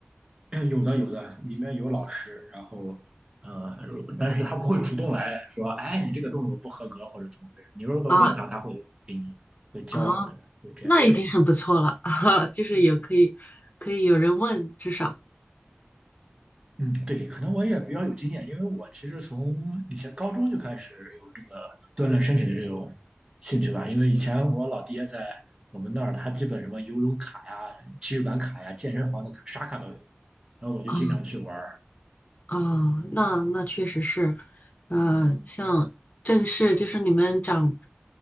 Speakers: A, on the right; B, on the left.
A: <clears throat> 哎，有的有的，里面有老师，然后，呃，但是他不会主动来说，哎，你这个动作不合格或者怎么回事。你如果问他，
B: 啊
A: 他会给你会教我们的，
B: 啊，
A: 对这样的。
B: 那已经很不错了 <laughs> 啊，就是有可以可以有人问，至少。
A: 嗯，对，可能我也比较有经验，因为我其实从以前高中就开始有这个锻炼身体的这种兴趣吧。因为以前我老爹在我们那儿，他基本什么游泳卡呀、体育馆卡呀、健身房的卡啥卡都有，然后我就经常去玩。
B: 啊。哦，那那确实是，呃，像正式就是你们长，